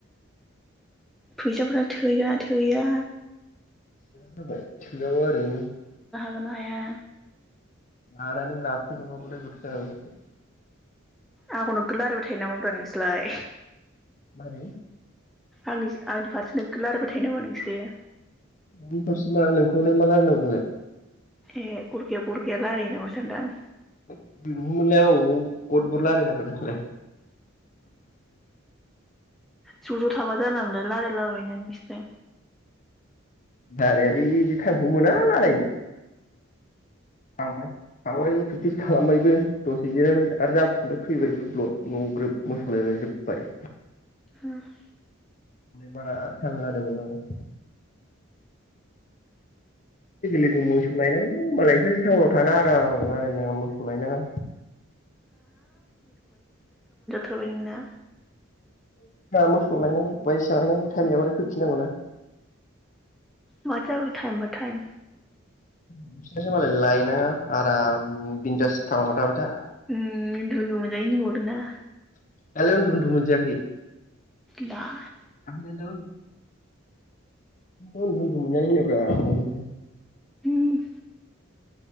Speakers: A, in the centre; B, on the left.
A: फैसाफोरा थोहैया थोहैया
B: थोआ जाबाय दोआबा ओरैनो ।
A: गोना हाया
B: लानानै लाफुंजोबा बोरैथो जानांगौ जाखो ।
A: आंखौ नोगोद रायलायबाय थायो नामाब्रा नोंसोरलाय।
B: मा बे
A: आंनि आंनि फारसे नोगोद रायलायबाय थायो नामा नोंसोरो।
B: नोंनि फारसे मा नोंखौलाय मा रायलाय नांगौ जोंलाय।
A: ए गद गैया बद गैया रायलायो नामा सानदों आं।
B: लोगोखौनो मोनलायाबा अबाव गद बद रायलायनांगौ जोंलाय।
A: ज ज थाबा जानला मोनला रायलाबायोना नोंसो सोरो
B: रायलायालैय बिदि टाइमखौनो मोना राइलायनो। थांबाय। थांबायबो प्रेक्टिस खालामबायबो दसे जिरायबाय आरो जाफिनबाय फैबायबो ब्लद न ग्रोब मोसौलायबाय जोबबाय।
A: हाब
B: बारा टाइम लादोंमोन लोगो लोगो मोसौ लायनांगौ मालाय नोंस्रासो टाउनाव थाना आराम रायलायनाङा मोसौ लायनाङा।
A: होबाय नोंना
B: मोसौ लायनांगौ बायदिसिना लायनांगौ टाइम जाबाथाय फैफिननांगौना।
A: माथो जाखो टाइम बाय टाइम।
B: नोंस्रासो मालाय लायनाङा आराम बिनदास टाऊनाव थाबाय था
A: उम उन्दुना मोनजायो होनबावदोंना।
B: दालाय उन्दु उन्दु मोनजाखैय।
A: बा।
B: <inaudible> <inaudible> उन्दु उन्दु मोनजायो होनदोब्रा मोननायखौलाय
A: हम